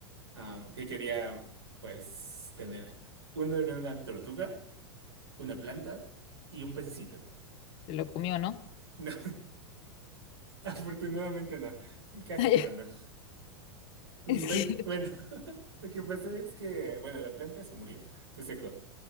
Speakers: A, on the right (about 70°); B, on the left (about 40°).
A: am, que quería, pues, tener. Uno era una tortuga, una planta y un pececito. <laughs>
B: Se lo comió, ¿no?
A: No, afortunadamente no. Casi,
B: <laughs>
A: pero no. ¿Ves?
B: Es que,
A: Bueno, <laughs> lo que pasó es que, bueno, la planta se murió, se secó.